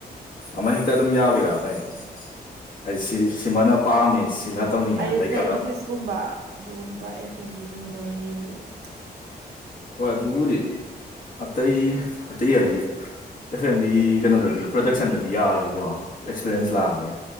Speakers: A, on the left (about 55°); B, on the right (about 80°).
A: ꯑꯃ ꯍꯦꯛꯇ ꯑꯗꯨꯝ ꯌꯥꯎꯕꯤꯔꯛꯑꯅꯦ ꯍꯥꯏꯗꯤ ꯁꯤꯃꯅ ꯄꯥꯝꯃꯤ ꯁꯤꯅ ꯇꯧꯅꯤꯡꯉꯦ
B: ꯑꯩ
A: ꯍꯥꯏ ꯂꯩꯇꯕ꯭ꯔꯥ
B: ꯐ꯭ꯔꯟ ꯑꯣꯐꯤꯁꯀꯨꯝꯕ ꯑꯗꯨꯒꯨꯝꯕ ꯑꯦꯐ ꯑꯦꯟ ꯕꯤꯒꯨꯝꯕꯗ ꯂ ꯑꯣꯏꯅ ꯌꯦꯡꯅꯤꯡꯉꯦ
A: ꯍꯣꯏ ꯑꯗꯨꯕꯨꯗꯤ ꯑꯇꯩ ꯑꯇꯩ ꯍꯥꯏꯁꯦ ꯑꯦꯦꯝꯕꯤ ꯀꯩꯅꯣꯗꯗꯤ ꯄ꯭ꯔꯗꯛꯁꯟꯗꯗꯤ ꯌꯥꯔꯣꯏꯀꯣ ꯑꯦꯛꯁꯄꯤꯔꯦꯟꯁ
B: ꯎꯝ
A: ꯂꯥꯛꯑꯅꯤ